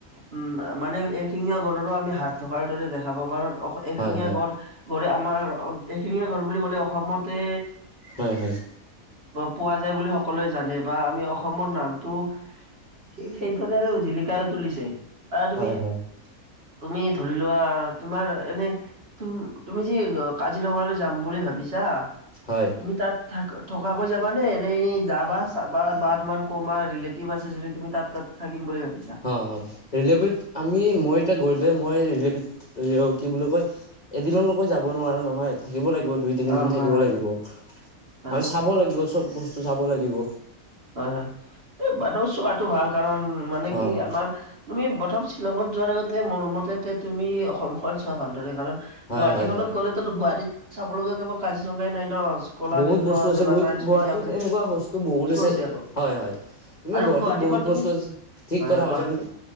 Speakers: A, on the right; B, on the left.
A: উম মানে এইশিঙীয়া গৰুৰো আমি হাত থকাৰ দৰে দেখা পা কাৰণ।
B: হয়
A: এশিঙীয়া
B: হয়
A: গৰ গডৰে আমাৰ এশিঙীয়া গড় বুলি ক'লে অসমতে।
B: হয়-হয়।
A: পোৱা যায় বুলি সকলোৱে জানে বা আমি অসমৰ নামটো দেশত আৰু জিলিকা ৰ তুলিছে। আহ তুমি
B: হয় হয়।
A: - তুমি ধৰি লোৱা তোমাৰ এনে তুমি তুমি যে কাজিৰঙালৈ যাম বুলি ভাবিছা
B: হয়
A: তুমি তাত। থ থকাকৈ যাবা নে এনেই যাবা চাবা বা তোমাৰ ক'বাৰ ৰিলেটিভ আছে যদি তুমি তাত তাত। থাকিম বুলি ভাবিছা।
B: হয়, হয় ৰেলেবিত আমি মই এতিয়া গ'লে মই ৰিলেবিত কি বুলি কয়। এদিনলৈকে যাব নোৱাৰো নহয় থাকিব লাগিব দুই তিনিদিন
A: অ হয়
B: থাকিব লাগিব।
A: হয়
B: আৰু
A: হয়
B: চাব লাগিব চব বস্তু চাব লাগিব।
A: হয়, হয় এই বাদদেউ চোৱাটো ভাল কাৰণ মানে
B: হয়
A: কি আমাৰ। তুমি প্ৰথম শ্বিলঙত যোৱাৰ আগতে মোৰ মতে তুমি অসমখন চোৱা ভালদৰে কাৰণ।
B: হয়
A: গুৱাহাটীখনত
B: হয় হয়
A: গ'লেতো গুৱাহাটীত চাব লগা কেৱল কাজিৰঙাই নাই ন। কলাক্ষেত্ৰ
B: বহুত বস্তু আছে
A: বা
B: গৈ
A: চাইন্স
B: গুৱাহাটীত
A: মিউজিয়াম আছে
B: এনেকুৱা বস্তু বহুত।
A: আছে আৰু
B: হয়, হয় তুমি
A: আৰু
B: গুৱাহাটীত
A: গুৱাহাটীখন
B: বহুত বস্তু
A: তুমি
B: আছে ঠিক
A: হয়
B: কথা
A: হয় কোৱা
B: কৈছা তুমি।